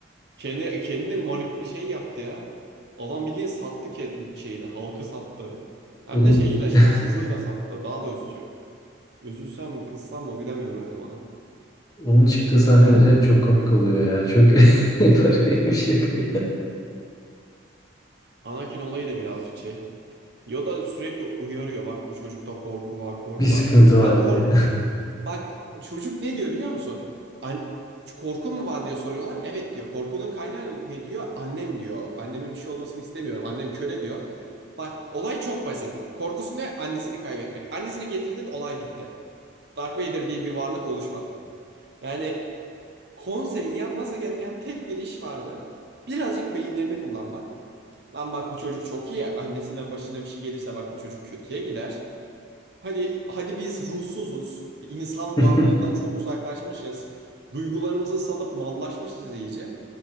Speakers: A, on the right; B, on the left.
A: Kendi kendini manip şey yaptı ya. Adam bildiğin sattı ke- şeyini, halkı sattı. Hem
B: Onun
A: de şeyiyle, şanssızlığıyla
B: <laughs>
A: sattı. Daha da üzücü. Üzülsem mi, kızsam mı bilemiyorum eleman.
B: onun çıktığı sahneler
A: Ya
B: hep çok komik oluyor ya. Çok <laughs> paraya bir şakayla.
A: Anakin olayı da birazcık şey. Yoda sürekli uyarıyor. Bak bu çocukta korku var, korku
B: Bir sıkıntı
A: var.
B: var
A: Lan kork
B: diye.
A: Bak çocuk ne diyor biliyor musun? An korkun mu var diye soruyorlar. Evet diyor. Korkunun kaynağı ne diyor? Annem diyor. Anneme bir şey olmasını istemiyorum. Annem köle diyor. Bak olay çok basit. Korkusu ne? Annesini kaybetmek. Annesini getirdin olay bitti. Dark Vader diye bir varlık oluşmadı. Yani konseyin yapması gereken tek bir iş vardı. Birazcık beyinlerini kullanmak. Lan bak bu çocuk çok iyi. Annesine başına bir şey gelirse bak bu çocuk kötüye gider. Hadi hadi biz ruhsuzuz. insan
B: <laughs>
A: varlığından çok uzaklaşmışız. Duygularımızı salıp mallaşmışız iyice.